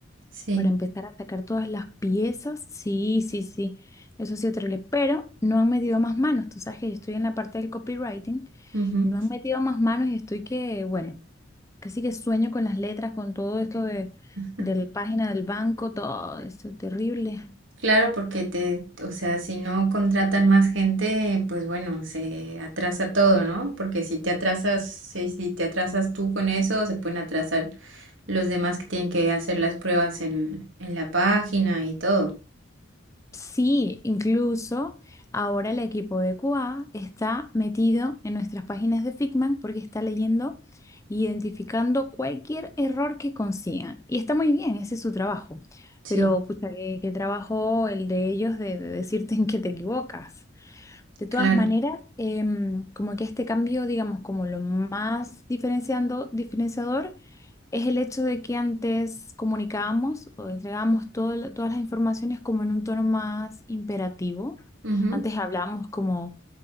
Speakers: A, on the right (about 75°); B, on the left (about 15°).
A: Sí.
B: para empezar a sacar todas las piezas. Sí, sí, sí, eso ha sido terrible, pero no han metido más manos. Tú sabes que yo estoy en la parte del copywriting
A: ujú.
B: y no han metido más manos y estoy que, bueno, casi que sueño con las letras, con todo esto de,
A: Ah,
B: de la página del banco, todo esto terrible.
A: Claro, porque te, o sea, si no contratan más gente, pues bueno, se atrasa todo, ¿no? Porque si te atrasas, si, si te atrasas tú con eso, se pueden atrasar los demás que tienen que hacer las pruebas en, en la página y todo.
B: Sí, incluso ahora el equipo de QA está metido en nuestras páginas de Figma porque está leyendo e identificando cualquier error que consigan. Y está muy bien, ese es su trabajo.
A: Sí,
B: Pero, pucha, qué, qué trabajo el de ellos de, de decirte en qué te equivocas. De todas
A: claro.
B: maneras, em, como que este cambio, digamos, como lo más diferenciando, diferenciador es el hecho de que antes comunicábamos o entregábamos todo lo- todas las informaciones como en un tono más imperativo.
A: Ujú,
B: Antes hablábamos como